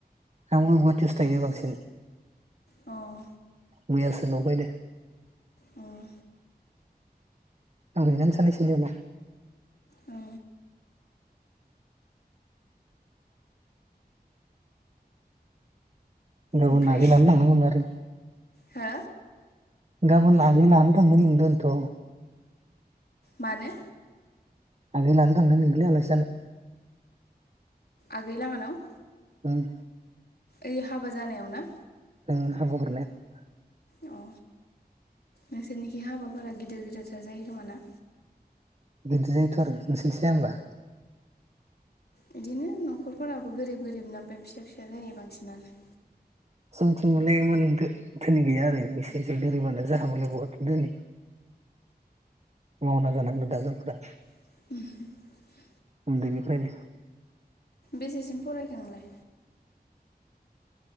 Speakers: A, on the right; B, on the left.
A: आंबो गुवाहाटीआवसो थायो बांसिन।
B: अह
A: मैयासो न'आव फायदो।
B: अह
A: थांफिनगोन साननैसोनि उनाव
B: औ
A: गाबोन
B: ओमफ्राय
A: नागिरलानो थांनांगौनो आरो
B: हो
A: गाबोन नाग्रि लानो थांनो लिंदों इनथ'
B: मानो
A: आगै लानो थांनो लिंदोंलै आलासि जानो।
B: आगै लाङानाव
A: उम
B: ओइ हाबा जानायाव ना‌?
A: औ हाबा हरनाया
B: अ नोंसोरनिखि हाबाफोरा गिदिर गिदिरथार जायो खोमा ना?
A: गिदिर जायोथ'आरो नोंसोरनिथिं जाया होमबा?
B: बिदिनो न'खरफोराबो गोरिब गोरिबना ओमफ्राय फिसा फिसा जायो बांसिनानो।
A: जोंथिं मालाय एमान धो-धोनि गैया आरो बिसोरनिथिं धोनिबानो जाहाबोलाय बहाथो धोनि मावना जानांदों दा जोंफोरा
B: <inaudible>
A: उन्दैनिफ्रायनो
B: बेसेसिम फरायखो नोंलाय